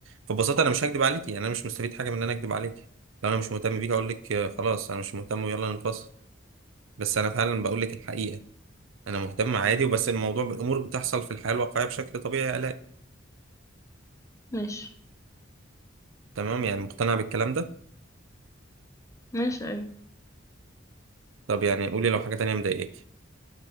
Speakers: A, on the right (about 85°); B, on the left (about 15°).
A: فببساطه انا مش هكدب عليك يعني انا مش مستفيد حاجه من ان انا اكدب عليك لو انا مش مهتم بيك اقول لك آه، خلاص انا مش مهتم ويلا نتواصل بس انا فعلا بقول لك الحقيقه انا مهتم عادي وبس الموضوع امور بتحصل في الحياه الواقعيه بشكل طبيعي يا الاء
B: ماشي
A: تمام يعني مقتنع بالكلام ده
B: ماشي ايوه
A: طب يعني قولي لو حاجه تانية مضايقاك